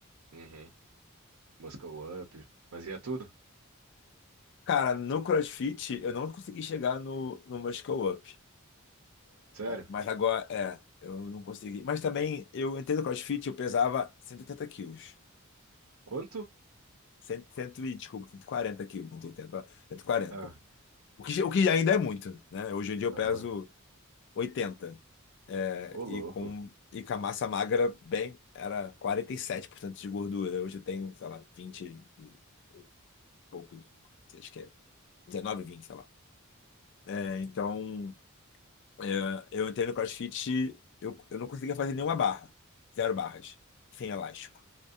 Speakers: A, on the right; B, on the left.
A: uhum. Muscle Up. Fazia tudo?
B: Cara, no CrossFit eu não consegui chegar no, no Muscle Up.
A: Sério?
B: Mas agora, é, eu não consegui. Mas também, eu entrei no CrossFit, eu pesava 180 quilos.
A: Quanto?
B: Cento, cento e, desculpa, 140 quilos, 180, cento e quarenta
A: Ah,
B: O que, o que ainda é muito, né? Hoje em dia eu
A: aham.
B: peso oitenta é,
A: Ô, louco.
B: e com, e com a massa magra, bem, era 47% de gordura. Hoje eu tenho, sei lá, 20 e pouco. Acho que é 19, 20, sei lá. É, então, é, eu entrei no CrossFit, eu, eu não conseguia fazer nenhuma barra. Zero barras. Sem elástico.